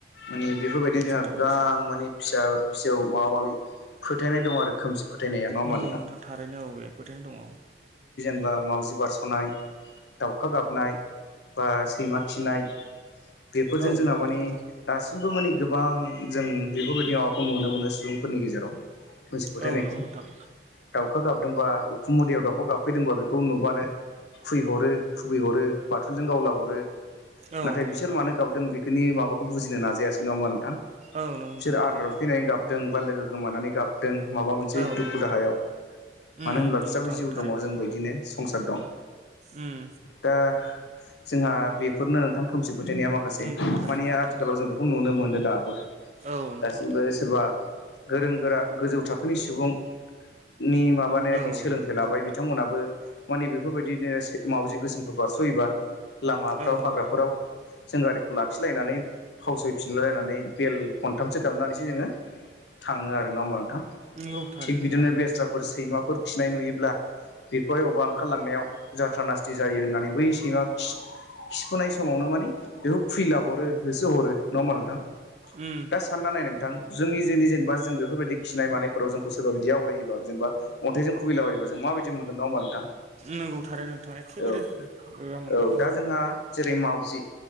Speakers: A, on the left; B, on the right.
A: मानि बेफोरबायदि जोंहा
B: सैथो
A: गोबां
B: बाथ्रा
A: मानि फिसा फिसौ माबा माबि फोथायनाय दं आरो खोमसि फोथायनाया नङा होमबा
B: नोंगौ नोंथां थारैनो अ बेे फोरथायनाय दङ
A: बा मावजि बारसनाय दाउखा गाबनाय बा सैमा खिनाय बेफोरजों
B: औ
A: जोंहा
B: नंगौ नोंथां
A: मानि दासिमबो मानि गोबां जों बेफोरबायदि माबाखौ नुनो मोनो सुबुंफोरनि गेजेराव खोमसि फोथायनायखौ
B: औ नंगौ नोंथां
A: दाउखा गाबदोंबा उखुम मुदायाव दाउखौ गाबफैदोंबा बेखौ नुबानो खुैहरो खुबैहरो बाथुलजों गावला हरो
B: औ
A: नाथाय
B: नंगौ
A: बिसोर
B: नोंथां
A: मानो गाबदों बेखोनि माबाखौ बुजिनो नाजायासै नङा होमबा नोंथां
B: औ नंगौ नोंथां
A: बिसोर आदार
B: थारैनो
A: उखैनानै गाबदों बा लोगो गोमानानै गाबदों माबा मोनसे
B: औ
A: दुख
B: नंगौ
A: दाहायाव
B: नोंथां उम
A: मानो होनब्ला बिस्राबो
B: नोंथां
A: जिउ
B: थारैनो
A: दङ जोंबो
B: औ
A: बिदिनो संसार दं
B: उम
A: दा जोंहा बेफोरनो नोंथां खोमसि फोथायनाया माखासे
B: नोंगौ थारैनो
A: मानि
B: नोंथां
A: आथिखालाव जों बेखौ नुनो मोनो दाबो
B: औ नोंथां
A: दासिमबो सोरबा गोरों गोरा गोजौ थाखोनि सुबुं नि माबानायाखि
B: औ
A: सोलोंथाइ
B: नोंथां
A: लाबाय बिथांमोनाबो माने बेफोरबायदिनो मावजि गोसोमफोर बारस'योबा लामाफ्राव
B: औ नंगौ
A: हाग्राफोराव
B: नोंथां
A: जों गारिखौ लाखिलायनानै फावसैफिनलाय लायनानै बेल खनथामसो दामनानैसो जोङो थाङो आरो ना होनबा नोंथां
B: नंगौ थारैनो
A: थिग बिदिनो
B: नोंथां
A: बेस्राफोर सैमाफोर खिनाय नुयोब्ला बेखौहाय अबेबा ओंखारलांनायाव जाथ्रा नासथि जायो होननानै बै सैमा खिफुनाय समावनो माने बेखौ खुइला हरो होसो हरो नङा होमबा नोंथां
B: उम
A: दा सानना नाय नोंथां जोंनि जोंनि जेनेबा जों बेफोरबायदि खिनाय मानायफोराव जोंखौ स सोरबा बिदि आवलायोबा जेनेबा अन्थाइजों खुबैलाबायोबा जों माबादि मोनगोन नङा होनबा नोंथां
B: नंगौ थारैनो नोंथां एखेबारे
A: औ-औ
B: बोरैबा मोनगोन उम
A: दा जोंहा जेरै मावजि